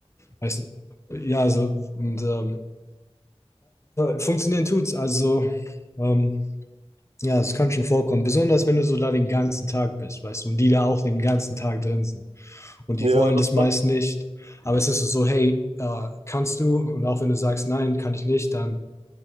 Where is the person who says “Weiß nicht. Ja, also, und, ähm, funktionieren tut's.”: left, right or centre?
Left